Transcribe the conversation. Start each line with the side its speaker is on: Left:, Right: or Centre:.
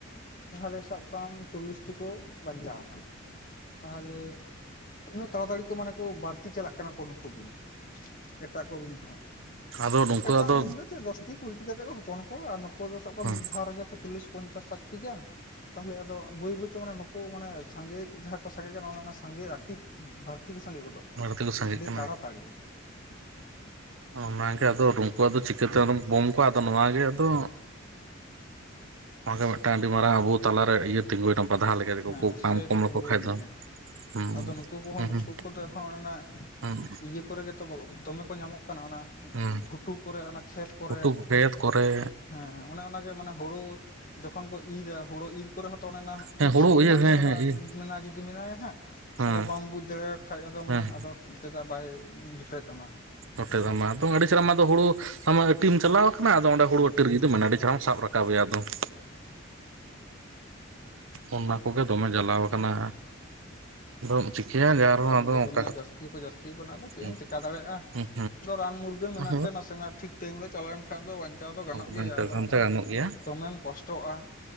Left: ᱛᱟᱦᱞᱮ ᱥᱟᱵ ᱠᱟᱢ ᱪᱚᱞᱞᱤᱥᱴᱤ ᱠᱚ ᱵᱟᱧᱪᱟᱣ ᱱᱟ᱾ᱛᱟᱦᱞᱮ ᱛᱤᱱᱟᱹᱜ ᱛᱟᱲᱟ ᱛᱟᱹᱲᱤ ᱠᱚ ᱢᱟᱱᱮ ᱠᱚ ᱵᱟᱹᱲᱛᱤ ᱪᱟᱞᱟᱜ ᱠᱟᱱᱟ ᱠᱚ ᱱᱩᱠᱩ ᱵᱤᱧ ᱮᱴᱟᱜ ᱠᱚ ᱵᱤᱧ ᱠᱷᱚᱡ᱾
Right: ᱟᱫᱚ ᱱᱩᱠᱩ
Left: ᱮᱴᱟᱜ
Right: ᱟᱫᱚ
Left: ᱵᱤᱧ ᱫᱚ ᱪᱮᱫ ᱫᱚᱥᱴᱤ, ᱠᱩᱲᱤᱴᱤ ᱠᱟᱛᱮᱜ ᱠᱚ ᱦᱚᱯᱚᱱ ᱠᱚᱣᱟ᱾ ᱟᱨ ᱱᱩᱠᱩ ᱫᱚ ᱥᱟᱵ ᱠᱟᱢ
Right: ᱦᱩᱸ
Left: ᱢᱤᱫ ᱫᱷᱟᱣ ᱨᱮᱜᱮ ᱪᱚᱞᱞᱤᱥ, ᱯᱚᱧᱪᱟᱥ, ᱥᱟᱴ ᱴᱤ ᱜᱟᱱ ᱛᱟᱦᱞᱮ ᱟᱫᱚ ᱵᱟᱹᱭ ᱵᱟᱹᱭ ᱛᱮ ᱢᱟᱱᱮ ᱱᱩᱠᱩ ᱢᱟᱱᱮ ᱥᱟᱸᱜᱮ ᱡᱟᱦᱟ ᱠᱚ ᱥᱟᱸᱜᱮᱜ ᱠᱟᱱᱟ ᱚᱱᱮ ᱚᱱᱟ ᱥᱟᱸᱜᱮ ᱟᱹᱰᱤ ᱵᱟᱹᱲᱛᱤ ᱠᱚ ᱥᱟᱸᱜᱮ ᱜᱚᱫᱚᱜ ᱠᱟᱱᱟ
Right: ᱵᱟᱹᱲᱛᱤ ᱠᱚ ᱥᱟᱸᱜᱮᱜ
Left: ᱟᱹᱰᱤ
Right: ᱠᱟᱱᱟ
Left: ᱛᱟᱲᱟ ᱛᱟᱹᱲᱤ᱾
Right: ᱚᱱᱟ ᱜᱮ ᱟᱫᱚ ᱱᱩᱝᱠᱩ ᱟᱫᱚ ᱪᱤᱠᱟᱹᱛᱮ ᱟᱫᱚᱢ ᱠᱚᱢ ᱠᱚᱣᱟ ᱟᱫᱚ ᱱᱚᱣᱟ ᱜᱮ ᱟᱫᱚ ᱱᱚᱣᱟ ᱜᱮ ᱢᱤᱫᱴᱟᱝ ᱟᱹᱰᱤ ᱢᱟᱨᱟᱝ ᱟᱵᱚ ᱛᱟᱞᱟᱨᱮ ᱤᱭᱟᱹ ᱛᱤᱜᱩᱸᱭᱱᱟ ᱵᱟᱫᱷᱟ ᱞᱮᱠᱟ
Left: ᱦᱮᱸ
Right: ᱠᱩ ᱵᱟᱢ
Left: ᱥᱮᱛᱚ
Right: ᱠᱚᱢ ᱞᱮᱠᱚ
Left: ᱛᱤᱸᱜᱩᱭᱮᱱ
Right: ᱠᱷᱟᱡ ᱫᱚ᱾
Left: ᱜᱮᱭᱟ
Right: ᱦᱩᱸ
Left: ᱟᱫᱚ ᱱᱩᱠᱩ ᱠᱚᱦᱚᱸ
Right: ᱦᱩᱸ
Left: ᱱᱩᱠᱩ ᱠᱚᱫᱚ ᱮᱠᱷᱚᱱ ᱚᱱᱮ ᱚᱱᱟ
Right: ᱦᱩᱸ
Left: ᱤᱭᱟᱹ ᱠᱚᱨᱮ ᱜᱮ᱾ ᱛᱚ ᱫᱚᱢᱮ ᱠᱚ ᱧᱟᱢᱚᱜ ᱠᱟᱱᱟ ᱚᱱᱟ
Right: ᱦᱩᱸ
Left: ᱜᱷᱩᱴᱩ ᱠᱚᱨᱮ ᱚᱱᱟ᱾ ᱠᱷᱮᱛ ᱠᱚᱨᱮ,
Right: ᱩᱛᱩ ᱜᱮᱫ ᱠᱚᱨᱮ
Left: ᱦᱮᱸ ᱚᱱᱮ ᱚᱱᱟ ᱜᱮ ᱢᱟᱱᱮ ᱦᱳᱲᱳ ᱡᱚᱠᱷᱚᱱ ᱠᱚ ᱤᱨᱟ ᱦᱳᱲᱳ ᱤᱨ ᱠᱚᱨᱮ ᱦᱚᱸᱛᱚ ᱚᱱᱮ ᱚᱱᱟ
Right: ᱦᱮᱸ
Left: ᱤᱨ
Right: ᱦᱩᱲᱩ
Left: ᱥᱚᱢᱚᱭ
Right: ᱤᱭᱟᱹ
Left: ᱦᱟᱸᱜ
Right: ᱦᱮᱸ
Left: ᱧᱮᱞ
Right: ᱦᱮᱸ
Left: ᱢᱮ
Right: ᱤᱭᱟᱹ
Left: ᱢᱮᱱᱟ ᱡᱩᱫᱤ ᱢᱮᱱᱟᱭᱟ ᱦᱟᱸᱜ
Right: ᱦᱮᱸ
Left: ᱟᱫᱚ ᱵᱟᱢ ᱵᱩᱡᱽ ᱫᱟᱲᱮᱜ ᱠᱷᱟᱡ ᱟᱫᱚ
Right: ᱦᱮᱸ
Left: ᱢᱟ ᱟᱫᱚ ᱪᱮᱫᱟᱜ ᱵᱟᱭ ᱡᱚᱴᱮᱫ ᱟᱢᱟ᱾
Right: ᱡᱚᱴᱮᱫ ᱟᱢᱟ ᱟᱫᱚ ᱟᱹᱰᱤ ᱪᱮᱨᱦᱟ ᱢᱟ ᱦᱩᱲᱩ ᱟᱢ ᱢᱟ ᱟᱴᱤᱴ ᱪᱟᱞᱟᱣ ᱠᱟᱱᱟ ᱾ ᱟᱫᱚ ᱚᱸᱰᱮ ᱦᱩᱲᱩ
Left: ᱦᱮᱸ
Right: ᱟᱴᱤ
Left: ᱦᱮᱸ
Right: ᱨᱮ ᱡᱩᱫᱤ ᱢᱮᱱᱟᱭᱟ, ᱟᱹᱰᱤ ᱪᱮᱨᱦᱟᱢ ᱥᱟᱵ ᱨᱟᱠ ᱠᱟᱵᱮᱭᱟ ᱟᱫᱚ ᱾ ᱚᱱᱟ ᱠᱚᱜᱮ ᱫᱚᱢᱮ ᱡᱟᱞᱟᱣ ᱠᱟᱱᱟ, ᱟᱫᱚᱢ ᱪᱤᱠᱟᱹᱭᱟ᱾ᱡᱟᱣ
Left: ᱮᱠᱷᱚᱱ
Right: ᱨᱮᱦᱚᱸ
Left: ᱫᱚ
Right: ᱚᱱᱠᱟ
Left: ᱫᱚᱢᱮ ᱡᱟᱹᱥᱛᱤ ᱦᱚᱸᱠᱚ ᱡᱟᱹᱥᱛᱤ ᱠᱟᱱᱟ᱾ ᱟᱫᱚ ᱪᱮᱫ
Right: ᱦᱮᱸ
Left: ᱮᱢ ᱪᱮᱠᱟ ᱫᱮᱲᱜ-ᱟ
Right: ᱦᱮᱸ
Left: ᱾ ᱟᱫᱚ ᱨᱟᱱ ᱢᱩᱨᱜᱟᱹᱱ ᱢᱮᱱᱟᱜ
Right: ᱦᱮᱸ
Left: ᱛᱮ ᱱᱟᱥᱮᱱᱟᱜ ᱴᱷᱤᱠ ᱴᱟᱭᱤᱢ ᱨᱮ ᱪᱟᱞᱟᱣ ᱞᱮᱱ ᱠᱷᱟᱡ ᱫᱚ ᱵᱟᱧᱪᱟᱣ ᱫᱚ ᱜᱟᱱᱚᱜ
Right: ᱵᱟᱧᱪᱟᱣ
Left: ᱜᱮᱭᱟ, ᱟᱫᱚ ᱚᱱᱮ
Right: ᱜᱟᱱᱚᱜ ᱜᱮᱭᱟ
Left: ᱫᱚᱢᱮᱢ ᱠᱚᱥᱴᱚᱜ-ᱟ᱾